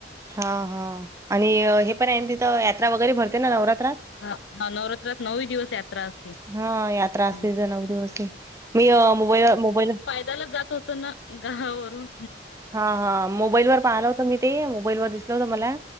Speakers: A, on the right; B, on the left.
A: हा, हा आणि हे पण आहे तिथं, यात्रा वगैरे भरते ना नवरात्रात?
B: हा, नवरात्रात नऊ दिवस यात्रा असते.
A: हं, यात्रा
B: हम्म
A: असते तिथे नऊ दिवसही. मी मोबाईल, मोबाईल
B: चालत जात होत ना घावावरून
A: हा, हा, मोबाईल वर पाहिलं होतं मी, ते मोबाईल वर दिसलं होतं मला